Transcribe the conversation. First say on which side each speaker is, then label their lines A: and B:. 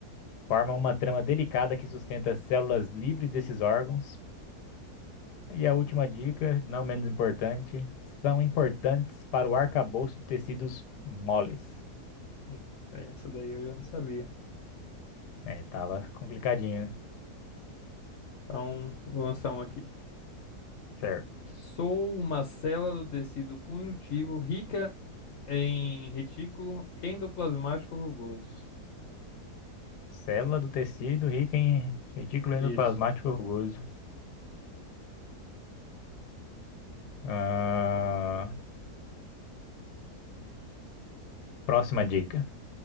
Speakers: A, on the left; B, on the left.
A: Formam uma trama delicada que sustenta as células livres desses órgãos. E a última dica, não menos importante, são importantes para o arcabouço de tecidos moles.
B: Hum, Essa daí eu já não sabia.
A: É, tava complicadinho, né?
B: Então, vou lançar uma aqui.
A: Certo.
B: Sou uma célula do tecido conjuntivo rica em retículo endoplasmático rugoso.
A: Célula do tecido rica em retículo
B: Isso.
A: endoplasmático rugoso. Ah, próxima dica.